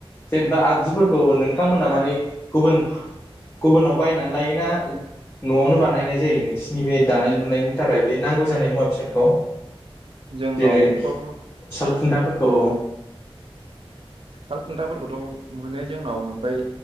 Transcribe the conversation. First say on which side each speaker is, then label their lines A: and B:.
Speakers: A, on the left; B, on the right.
A: जेनेबा आगजुफोरखौ नोंथांमोना माने गुबुन गुबुनाव बायनानै लाययोना न'आवनो बानायनाय जायो नोंसिनि बे दानाय लुनायनि थाखाय बे नांगौ जानाय मुवा बेसादखौ?
B: जोंनावथ'
A: जेरै सालखुन्थाफोरखौ
B: सालखुन्थाफोरखौथ' मोनो जोंनाव ओमफ्राय